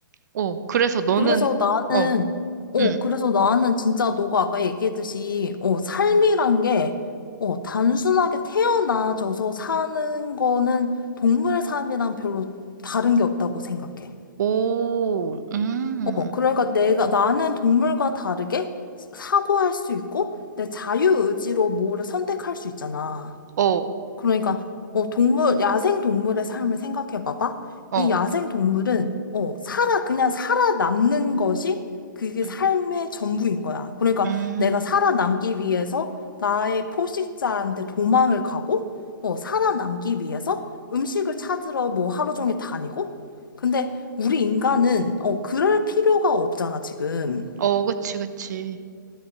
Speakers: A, on the right; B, on the left.
A: 어, 그래서 너는,
B: 그래서 나는,
A: 어,
B: 어,
A: 음,
B: 그래서 나는 진짜 너가 아까 얘기했듯이, 어, 삶이란 게, 어, 단순하게 태어나져서 사는 거는 동물 삶이랑 별로 다른 게 없다고 생각해.
A: 오, 음,
B: 어, 그러니까 내가, 나는 동물과 다르게 사고할 수 있고, 내 자유의지로 뭐를 선택할 수 있잖아.
A: 어,
B: 그러니까 어 동물 야생 동물의 삶을 생각해 봐봐.
A: 어,
B: 이 야생 동물은 어 살아 그냥 살아남는 것이 그게
A: 음,
B: 삶의 전부인 거야. 그러니까
A: 음.
B: 내가 살아남기 위해서 나의 포식자한테 도망을 가고 어 살아남기 위해서 음식을 찾으러 뭐 하루 종일 다니고 근데 우리 인간은 어 그럴 필요가 없잖아, 지금.
A: 어, 그치, 그치.